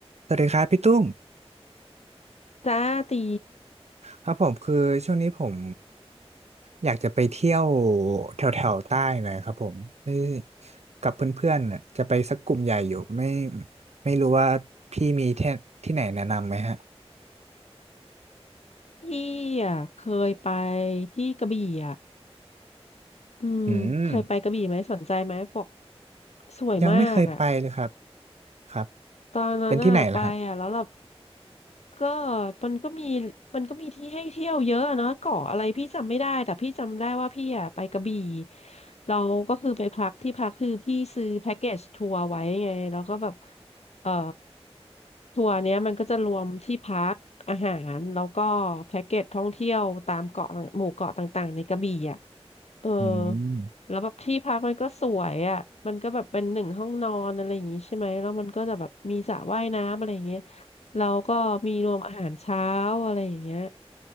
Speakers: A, on the right; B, on the left.
A: สวัสดีครับพี่ตุ้ม
B: จ้าตี
A: ครับผมคือช่วงนี้ผมอยากจะไปเที่ยวแถวแถวใต้หน่อยครับผมไม่กับเพื่อนๆน่ะจะไปสักกลุ่มใหญ่อยู่ไม่ไม่รู้ว่าพี่มีที่ที่ไหนแนะนำไหมฮะ
B: พี่อ่ะเคยไปที่กระบี่อ่ะอืมเคยไปกระบี่ไหมสนใจไหมบอก
A: อืม
B: สวยมากอ่ะ
A: ยังไม่เคยไปเลยครับครับ
B: ตอนนั้นน่ะไปอ่ะแล้วแบบ
A: เป็นที่ไหนล่ะฮะ
B: ก็มันก็มีมันก็มีที่ให้เที่ยวเยอะอะเนาะเกาะอะไรพี่จำไม่ได้แต่พี่จำได้ว่าพี่อ่ะไปกระบี่เราก็คือไปพักที่พักคือพี่ซื้อแพ็กเกจทัวร์ไว้ไงแล้วก็แบบเอ่อทัวร์เนี้ยมันก็จะรวมที่พักอาหารแล้วก็แพ็กเกจท่องเที่ยวตามเกาะต่างหมู่เกาะต่างๆในกระบี่อ่ะเออ
A: อืม
B: แล้วแบบที่พักมันก็สวยอ่ะมันก็แบบเป็นหนึ่งห้องนอนอะไรอย่างงี้ใช่ไหมแล้วมันก็จะแบบมีสระว่ายน้ำอะไรอย่างเงี้ยแล้วก็มีรวมอาหารเช้าอะไรอย่างเงี้ย